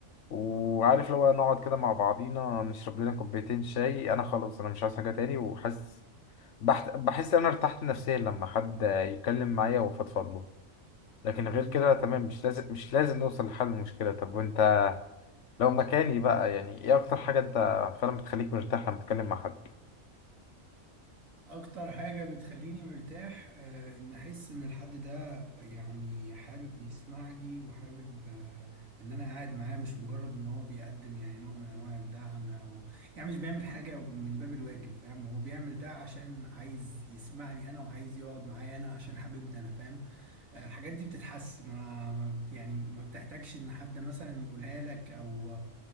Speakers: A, on the left (about 65°); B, on the right (about 80°).
A: وعارف لو نقعد كده مع بعضينا نشرب لنا كوبايتين شاي انا خلاص انا مش عايز حاجة تاني وحاسس بحت... بحس انا ارتحت نفسيا لما حد يتكلم معايا وفضفض له لكن
B: مم.
A: غير كده تمام مش لازم مش لازم نوصل لحل المشكلة طب وانت لو مكاني بقى يعني ايه اكتر حاجة انت فعلا بتخليك مرتاح لما تتكلم مع حد
B: اكتر حاجة بتخليني مرتاح آه، ان احس ان الحد ده يعني حابب يسمع لي وحابب آه، ان انا قاعد معاه مش مجرد ان هو بيقدم يعني نوع من انواع الدعم او يعني مش بيعمل حاجة من باب الواجب فاهم هو بيعمل ده عشان عايز يسمعني انا وعايز يقعد معايا انا عشان حبيبني انا فاهم آه، الحاجات دي بتتحس ما ما- يعني ما بتحتاجش ان حد مثلا يقولها لك او